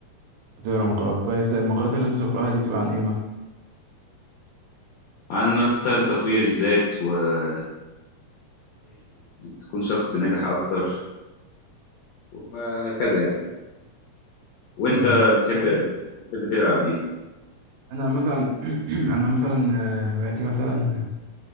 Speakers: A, on the right; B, on the left.
A: بتقرأ مقالات كويس المقالات اللي انت بتقرأها دي بتبقى عن ايه مثلا
B: عن مثلا تطوير الذات وازاي تكون شخص ناجح اكتر وهكذا يعني وانت
A: مم.
B: بتحب
A: طيب.
B: بتحب تقرا عن ايه
A: انا مثلا <clears throat> انا مثلا آه، هواياتي مثلا